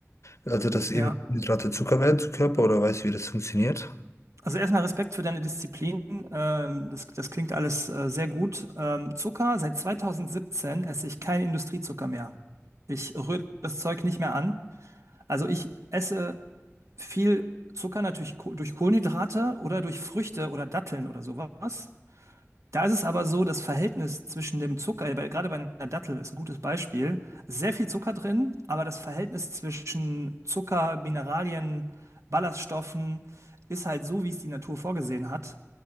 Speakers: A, on the left; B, on the right.
A: also, dass
B: ja.
A: eben Kohlenhydrate Zucker werden zu Körper oder weißt du, wie das funktioniert?
B: Also erstmal Respekt für deine Disziplin. Ähm, das, das klingt alles äh, sehr gut. Ähm, Zucker, seit 2017 esse ich keinen Industriezucker mehr. Ich rühre das Zeug nicht mehr an. Also ich esse viel Zucker natürlich ko durch Kohlenhydrate oder durch Früchte oder Datteln oder sowas. Da ist es aber so, das Verhältnis zwischen dem Zucker, äh, bei, gerade bei einer Dattel ist ein gutes Beispiel, sehr viel Zucker drin, aber das Verhältnis zwischen Zucker, Mineralien, Ballaststoffen ist halt so, wie es die Natur vorgesehen hat.